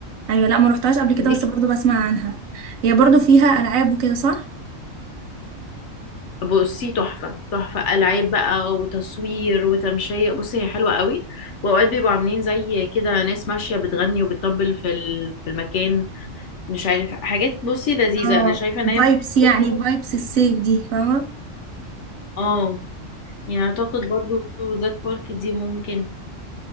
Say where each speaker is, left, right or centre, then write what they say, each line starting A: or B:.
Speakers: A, on the right; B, on the left.
A: ايوه لا ما روحتهاش قبل كده
B: دي
A: بس
B: كانت
A: برضو بسمع عنها هي برضو فيها العاب وكده صح
B: بصي تحفه تحفه العاب بقى وتصوير وتمشيه بصي هي حلوه قوي واوقات بيبقوا عاملين زي كده ناس ماشيه بتغني وبتطبل في ال- في المكان مش عارف حاجات بصي لذيذه
A: اه
B: انا شايفه ان هي
A: فايبس يعني
B: برضه
A: فايبس السيف دي فاهمه
B: اه يعني اعتقد برضو ذات بارك دي ممكن